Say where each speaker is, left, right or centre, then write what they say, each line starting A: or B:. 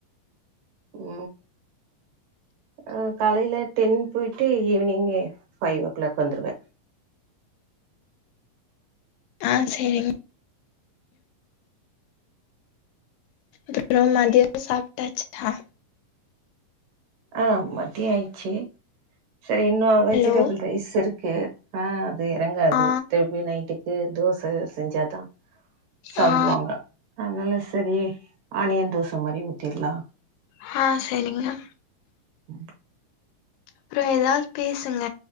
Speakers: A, on the right; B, on the left.
A: ஓ ஆ காலைல டென் போயிட்டு ஈவி்னிங் ஃபைவ் ஓ கிளாக் வந்துருவே
B: ஆ சேரிங்க அப்புறோ மதியோ சாப்ட்டாச்தா
A: ஆ மத்திய ஆயிச்சு சரி இன்னு வெஜிடபிள்
B: ஹலோ
A: ரைஸ் இருக்கு ஆ அது எறங்காது
B: ஆ
A: திருப்பி நைட்டுக்கு தோச செஞ்சாதா சாப்டுவாங்க
B: ஆ
A: அதனால சரி ஆனியன் தோச மாரி ஊத்திட்லா
B: ஹா செரிங்கனா
A: உஹம்
B: அப்புற ஏதா பேசுங்க